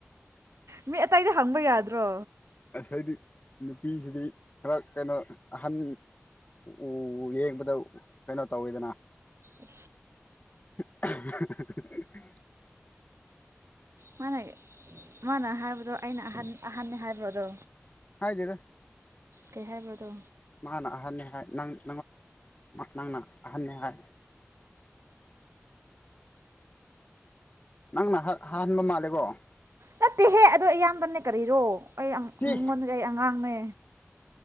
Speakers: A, on the right; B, on the left.
A: ꯃꯤ ꯑꯇꯩꯗꯤ ꯍꯪꯕ ꯌꯥꯗ꯭ꯔꯣ
B: ꯉꯁꯗꯤ ꯅꯨꯄꯤꯁꯤꯗꯤ ꯈꯔ ꯀꯩꯅꯣ ꯑꯍꯟ ꯎ ꯌꯦꯡꯕꯗ ꯀꯩꯅꯣ ꯇꯧꯋꯦꯗꯅ
A: ꯑ
B: <unintelligible>
A: ꯃꯥꯅ ꯃꯥꯅ ꯍꯥꯏꯕꯗꯣ ꯑꯩꯅ ꯑꯍꯟ ꯑꯍꯟꯅꯅꯤ ꯍꯥꯏꯕ ꯑꯗꯣ
B: ꯍꯥꯏꯥꯏꯗꯦꯗ
A: ꯀꯩ ꯍꯥꯏꯕꯗꯣ
B: ꯃꯥꯅ ꯑꯍꯟꯦ ꯍꯥꯏ ꯅꯣꯟꯗ ꯅꯪꯅ ꯑꯍꯟꯅꯤ ꯍꯥꯏ ꯅꯪꯅ ꯍꯍꯟꯕ ꯃꯥꯜꯂꯦꯀꯣ
A: ꯅꯠꯇꯦꯍꯦ ꯑꯗꯣ ꯑꯌꯥꯝꯕꯅꯦ ꯀꯔꯤꯔꯣ ꯑꯩ
B: ꯇꯤ
A: ꯃꯤꯉꯣꯟꯗꯒꯤ ꯑꯩ ꯑꯉꯥꯡꯅꯦ